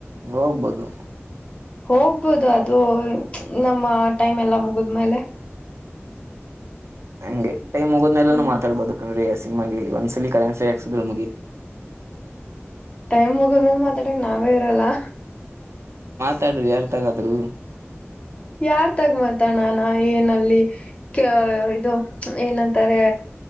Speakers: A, on the right; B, on the left.
A: ಹೋಗ್ಬೋದು.
B: ಹೋಗ್ಬೋದು ಅದು ನಮ್ಮ ಟೈಮ್ ಎಲ್ಲ ಮುಗದಮೇಲೆ.
A: ಹಂಗೆ ಟೈಮ್ ಮುಗೋದಮ್ಮೆ ಲೆನು
B: ಹ್ಮ್
A: ಮಾತಾಡ್ಬೋದು ಕಣಲೆ ಯ. ನಿುಮಗೆ ಒಂದ್ಸಲ ಕಳ್ಳನಾಸ್ ಹಾಕ್ಸಿದ್ರೆ ಮುಗಿಯತು.
B: ಟೈಮ್ ಮುಗಿದ್ಮೇಲ್ ಮಾತಾಡಕ್ ನಾವೇ ಇರಲ್ಲಾ
A: ತಡ್ರಿ ಹೇಳ್ತಾಗಾದ್ರೂ.
B: ಯಾರ್ ತಗ ಮಂತಣ್ಣಾನ ಏನಲ್ಲಿ. ಕ್ಯ್ ಇದು ಏನಂತಾರೆ.